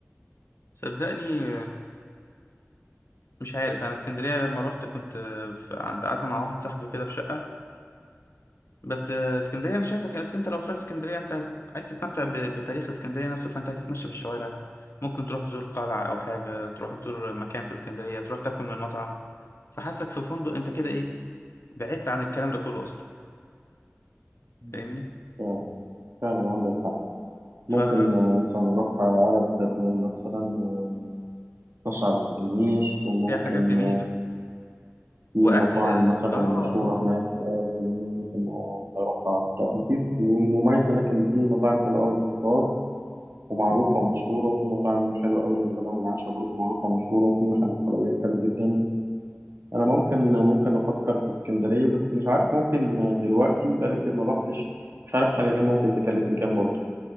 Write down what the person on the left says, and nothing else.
صدقني آه، مش عارف انا اسكندريه لما روحت كنت آه، في- عند قعدنا مع واحد صاحبي كده في شقه بس آه، اسكندريه انا شايفك بس انت لو تروح اسكندريه انت عايز تستمتع ب- بتاريخ اسكندريه نفسه فانت هتتمشى في الشوارع ممكن تروح تزور قلعه او حاجه تروح تزور مكان في اسكندريه تروح تاكل من مطعم فحاسك في فندق انت كده ايه بعدت عن الكلام ده كله اصلا
فاهمني
فهي
حاجات جميله
واكل
اه
اه